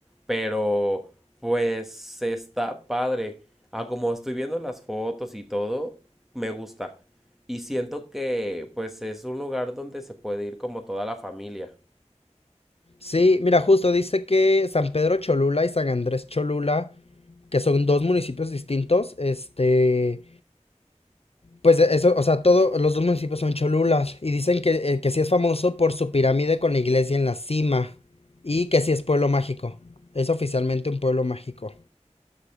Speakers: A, in the centre; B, on the left (about 55°).
A: Pero, pues, está padre. Ah, como estoy viendo las fotos y todo, me gusta. Y siento que, pues, es un lugar donde se puede ir como toda la familia.
B: Sí, mira, justo dice que San Pedro Cholula y San Andrés Cholula, que son dos municipios distintos, este, pues e- eso, o sea, todos los dos municipios son Cholulas y dicen que, eh, que sí es famoso por su pirámide con la iglesia en la cima y que sí es pueblo mágico. Es oficialmente un pueblo mágico.